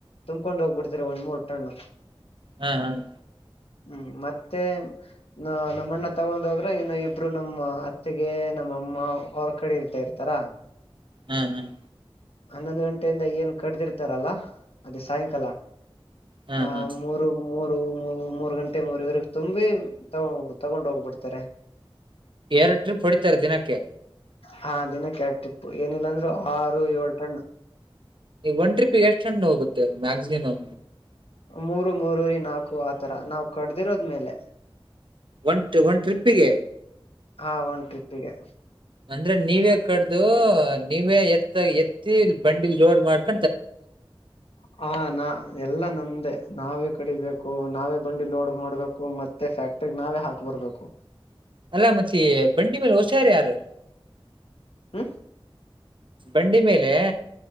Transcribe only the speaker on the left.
ತುಂಬಕೊಂಡ್ ಹೋಗ್ಬಿಡ್ತಾರೆ ಒಂದ್ ಮೂರ್ ಟಣ್ಣು
ಹ್ಮ್ ಮತ್ತೆ ನ ನಮ್ಮ ಅಣ್ಣ ತಗೊಂಡೋಗ್ರೆ ಇನ್ನು ಇಬ್ರು ನಮ್ಮ ಅತ್ತಿಗೆ ನಮ್ಮಮ್ಮ ಅವ್ರ ಕಡೆ ಇರ್ತಾ ಇರ್ತಾರ
ಹನ್ನೊಂದು್ ಗಂಟೆಯಿಂದ ಏನ್ ಕಡ್ದಿರ್ತಾರಲ್ಲ ಅದೇ ಸಾಯಂಕಾಲ
ಆ
ಮೂರು ಮೂರು ಮೂ ಮೂರ್ ಗಂಟೆ ಮೂರವರೆಗ ತುಂಬಿ ತಗೊಂಡ್ ತಗೊಂಡ್ ಹೋಗ್ಬಿಡ್ತಾರೆ
ಹಾ ದಿನಕ್ಕೆರೆಕ್ ಇ ಏನಿಲ್ಲಾಂದ್ರರು ಆರು ಏಳ್ಟಣ್ಣ
ಮೂರು ಮೂರರಿ ನಾಕು ಆತರ ನಾವ್ ಕಡ್ದಿರೋದ್ಮೇಲೆ
ಹಾ ಒಂದು ಟ್ರಿಪ್ಪಿಗೆ
ಹಾ ನಾ ಎಲ್ಲಾ ನಮ್ದೇ ನಾವೇ ಕಡಿಬೇಕು ನಾವೇ ಬಂಡಿ ಲೋಡ್ ಮಾಡ್ಬೇಕು ಮತ್ತೆ ಫ್ಯಾಕ್ಟ್ರಗ್ ನಾವೇ ಹಾಕ್ ಬರ್ಬೇಕು
ಹ್ಮ